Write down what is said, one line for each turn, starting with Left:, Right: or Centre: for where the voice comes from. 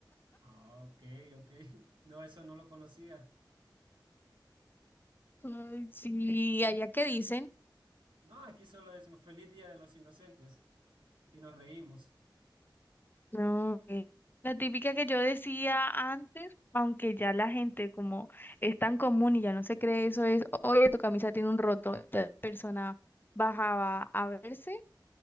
Right: Ah, ok, ok. <laughs> No, eso no lo conocía.
Left: Ay, sí, allá que dicen.
Right: No, aquí solo decimos feliz Día de los Inocentes y nos reímos.
Left: No, eh, la típica que yo decía antes, aunque ya la gente como es tan común y ya no se cree eso, es, oye, tu camisa tiene un roto. Entonces, La persona bajaba a verse.